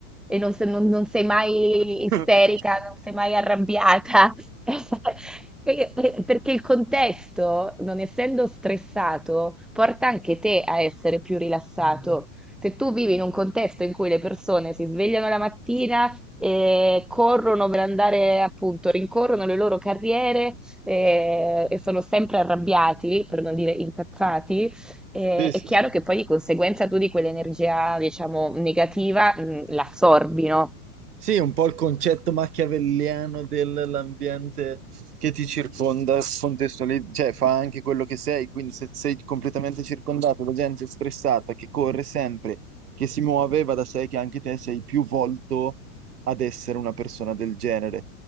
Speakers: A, in the centre; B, on the right.
A: E non, se- non- non sei mai isterica,
B: <laughs>
A: non sei mai arrabbiata? <laughs> E- e- Perché il contesto, non essendo stressato, porta anche te a essere più rilassato. Se tu vivi in un contesto in cui le persone si svegliano la mattina e corrono per andare, appunto, rincorrono le loro carriere eh, e sono sempre arrabbiati, per non dire incazzati, eh,
B: Sì, sì,
A: è chiaro
B: sì.
A: che poi di conseguenza tu di quell'energia, diciamo, negativa, mh, l'assorbi, no?
B: Sì, un po' il concetto machiavelliano dell'ambiente che ti circonda, contestuali- cioè fa anche quello che sei, quindi se sei completamente circondato da gente stressata, che corre sempre, che si muove, va da sé che anche te sei più volto ad essere una persona del genere.